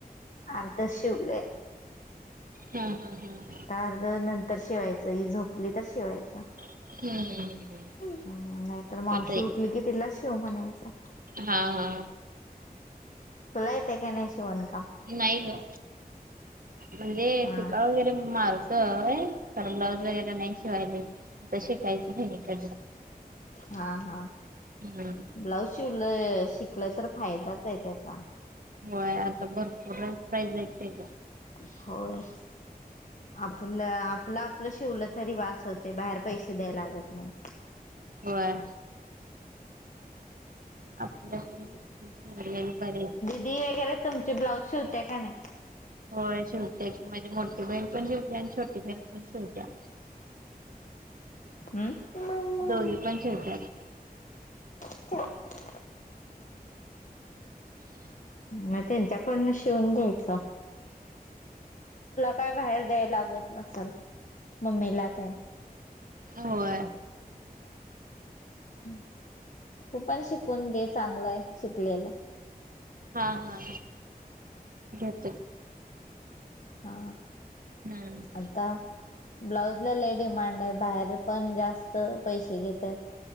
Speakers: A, on the left (about 50°); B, on the right (about 65°).
A: अर्ध्या शिवलंय
B: हा हा हा.
A: अर्ध नंतर शिवायचं ही झोपली तर शिवायचं.
B: हम्म हम्म हम्म.
A: हम्म नाहीतर मावशी
B: आता
A: उठली कि तिला शीव म्हणायचं.
B: हा हा.
A: तुला येतेयं का नाय शिवणकाम?
B: नाही गं म्हणजे
A: हा
B: टिपा वगैरे मार तय कारण ब्लाऊज वगैरे नाही शिवायला तर शिकायचं बहिणीकडला.
A: हा हा
B: हम्म.
A: ब्लाउज शिवलं शिकलं तर फायदाच आहे त्याचा.
B: होय आता भरपूर प्राईज आहेत त्याज्या.
A: होयं. आपलं आपलं आपलं शिवलं तरी बस होते बाहेर पैशे द्याय लागत नाही.
B: होय. आपल्या हे बरे
A: तदि वेगैरे तुम्हची ब्लाउज शिवते का नाय?
B: होय शिवते की माझी मोठी बहीण पण शिवते आणि छोटी बहीण पण शिवत्या.
A: हम्म
B: दोन्ही पण शिवत्यात.
A: <unintelligible>
B: <inaudible>
A: म त्यांच्याकडून शिवून घ्यायच. काय बाहेर जायला लागत नसल मम्मीलातेन.
B: होय.
A: तू पण शिकून घे चांगलंय शिकलेलं.
B: हा हा घेत
A: हा
B: हम्म
A: आता ब्लाऊजला लयं डिमांड आहे बाहेर पण जास्त पैशे घेत्यात.